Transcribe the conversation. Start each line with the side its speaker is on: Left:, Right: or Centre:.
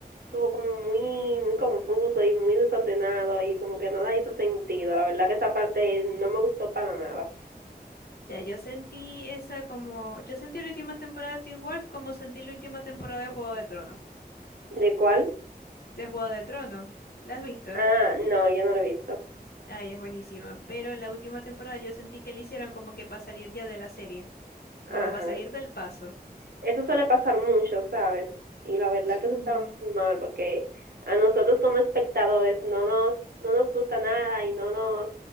Right: estuvo como muy, muy confuso y muy desordenado y como que nada hizo sentido. La verdad que esa parte no me gustó para nada.
Left: O sea, yo sentí esa como, yo sentí la última temporada de Teen Wolf como sentí la última temporada de Juego de Tronos.
Right: ¿De cuál?
Left: De Juego de Tronos, ¿la has visto?
Right: Ah, no, yo no lo he visto.
Left: Ay, es buenísima. Pero en la última temporada yo sentí que le hicieron como que para salir ya de la serie, como
Right: Ajá.
Left: para salir del paso.
Right: Eso suele pasar mucho, ¿sabes? Y la verdad
Left: Sí.
Right: que eso está muy mal porque a nosotros como espectadores no nos no nos gusta nada y no nos